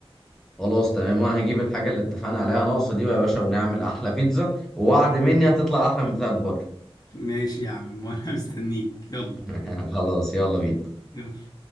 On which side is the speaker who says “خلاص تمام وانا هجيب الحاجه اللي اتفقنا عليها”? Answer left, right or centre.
Centre